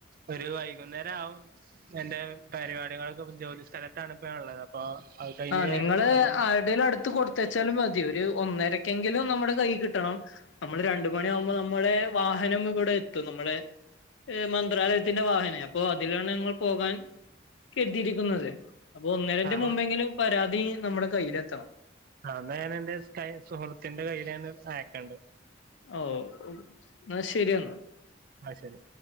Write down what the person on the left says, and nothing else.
ആഹ നിങ്ങള്
ആരുടേയും അടുത്ത് കൊടുത്തയച്ചാലും മതി ഒരു ഒന്നരക്കെങ്കിലും നമ്മുടെ കൈയി കിട്ടണം നമ്മൾ രണ്ട് മണിയാകുമ്പോൾ നമ്മള് വാഹനം ഇവിടെത്തി എത്തും നമ്മുടെ മന്ത്രാലയത്തിന്റെ വാഹനം അപ്പോ അതിലാണ് ഞങ്ങൾ പോകാൻ കെട്ടിയിരിക്കുന്നത് അപ്പൊ ഒന്നരന്റെ
മുമ്പെങ്കിലും പരാതി നമ്മുടെ കയ്യിലെത്തണം
ഓ എന്നാ ശരിയെന്നാ